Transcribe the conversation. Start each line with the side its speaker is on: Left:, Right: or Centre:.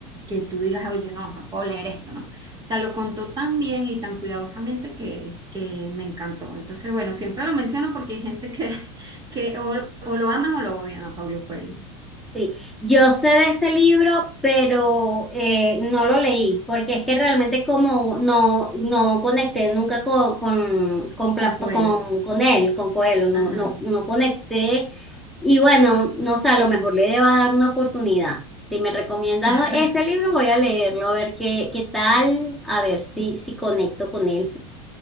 Right: que tú digas, oye, no, no puedo leer esto, ¿no? O sea, lo contó tan bien y tan cuidadosamente que, que me encantó. Entonces, bueno, siempre lo menciono porque hay gente que, <laughs> que o, o lo aman o lo odian a Pablo Coelho,
Centre: Sí, yo sé de ese libro, pero eh, no lo leí, porque es que realmente como no, no conecté nunca con, con, con,
Right: con
Centre: Pla-
Right: Coelho.
Centre: con, con él, con Coelho, no,
Right: Ajá.
Centre: no, no conecté. Y bueno, no sé, a lo mejor le deba dar una oportunidad. Si me recomiendas
Right: <laughs>
Centre: ese libro, voy a leerlo, a ver qué, qué tal, a ver si, si conecto con él.